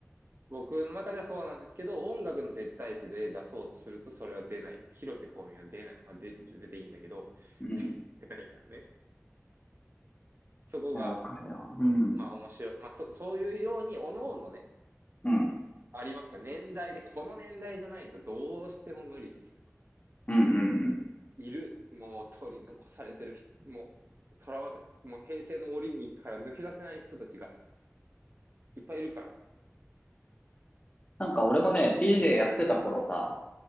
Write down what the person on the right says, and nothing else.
僕の中ではそうなんですけど、音楽の絶対値で出そうとするとそれは出ない。広瀬香美は出ない。まあ、で、別に出ていいんだけど、
<laughs>
出ないからね。そこが、
まあ面白い。まあそ、そういうように、おのおのね、
ありますか。年代で、この年代じゃないとどうしても無理ですとか。
いる。もう取り残されてる人、もう、とらわれ、もう平成の檻にから抜け出せない人たちがいっぱいいるから。